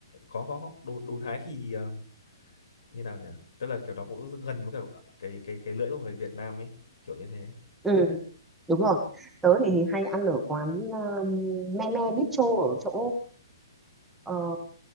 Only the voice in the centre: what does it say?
ừ đúng rồi tớ thì hay ăn ở quán ờ, me me bistro ở chỗ ờ,